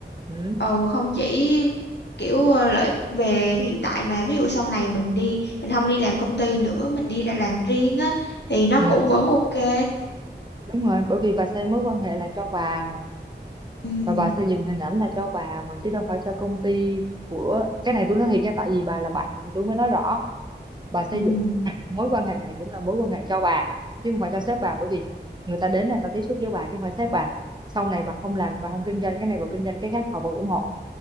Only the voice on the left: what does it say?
ờ, không chỉ kiểu ờ, lợi ích về hiện tại mà ví dụ sau này mình đi mình không đi làm công ty nữa, mình đi ra làm riêng á thì nó
cũng vẫn ok.
Ừ,
ừ.